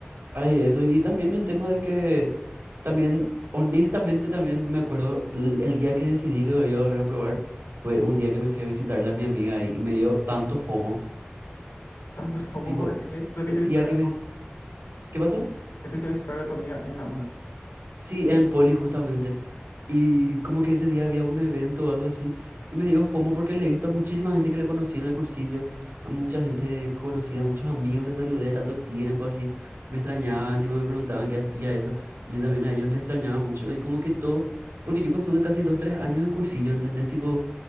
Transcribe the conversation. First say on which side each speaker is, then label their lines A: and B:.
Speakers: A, on the right; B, on the left.
A: ay, eso. Y también el tema de que también, honestamente, también me acuerdo el, el día que decidí que voy a volver a probar fue un día que me fui a visitarle a mi amiga ahí, y me dio tanto FOMO.
B: Tanto FOMO
A: Tipo,
B: porque te fuiste
A: sentía
B: a visitar,
A: que me, ¿Qué pasó?
B: te fuiste a visitar a tu amiga en la una.
A: Sí, en Poli justamente. Y como que ese día había un evento o algo así. Y me dio FOMO porque le he visto a muchísima gente que le conocí en el cursillo. A mucha gente conocida, a muchos amigos le saludé tanto tiempo así. Me extrañaban, tipo me preguntaban qué hacía eso. Y yo también a ellos les extrañaba mucho. Y como que todo... Porque yo estuve casi dos, tres años en cursillo, ¿entendés? Tipo,